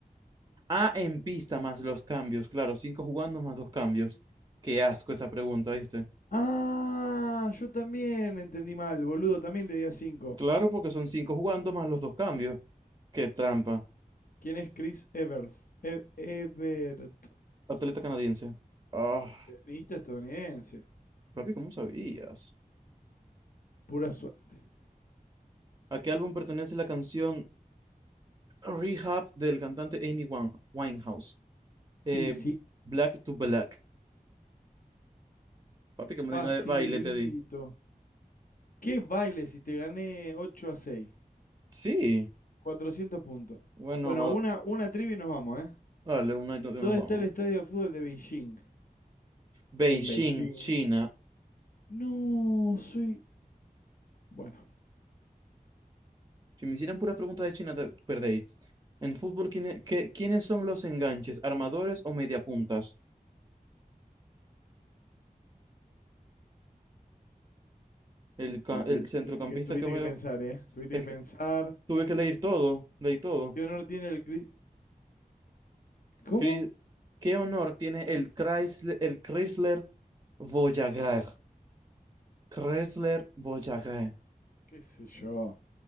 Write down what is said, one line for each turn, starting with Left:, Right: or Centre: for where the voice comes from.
Right: Ah, en pista más los cambios, claro, cinco jugando más dos cambios. Qué asco esa pregunta, ¿viste?
Left: Ah, yo también entendí mal, boludo, también le di a 5.
Right: Claro, porque son cinco jugando más los dos cambios. Qué trampa.
Left: ¿Quién es Chris Evers? E- Ebert,
Right: Atleta canadiense. Ah.
Left: tenista estadounidense.
Right: Papi, ¿cómo sabías?
Left: Pura suerte.
Right: ¿A qué álbum pertenece la canción Rehab del cantante Amy Wan- Winehouse? Eh,
Left: Y sí,
Right: Black to Black. Papi, que me
Left: facilito.
Right: tenga de baile, te di.
Left: ¿Qué baile si te gané 8 a 6,
Right: Sí.
Left: 400 puntos.
Right: Bueno,
Left: Bueno,
Right: vamos
Left: una, una trivia y nos vamos, ¿eh?
Right: dale, una y dos y nos
Left: ¿Dónde
Right: vamos.
Left: está el estadio de fútbol de Beijing?
Right: Beijing,
Left: En Beijing.
Right: China.
Left: No, soy... Bueno,
Right: Si me hicieran puras preguntas de China, te perdéis. En fútbol, ¿quién es- qué- ¿quiénes son los enganches? ¿Armadores o mediapuntas? El, ca-
Left: ah,
Right: el
Left: tuvi-
Right: centrocampista
Left: tuviste, que, tuviste
Right: que juega.
Left: que pensar, ¿eh? Tuviste
Right: es
Left: que pensar.
Right: que tuve que leer todo, leí todo.
Left: ¿Qué honor tiene el Chris? ¿Cómo?
Right: Cri- ¿Qué honor tiene el Chrysler, el Chrysler Voyager. Chrysler Voyager.
Left: ¿Qué sé yo?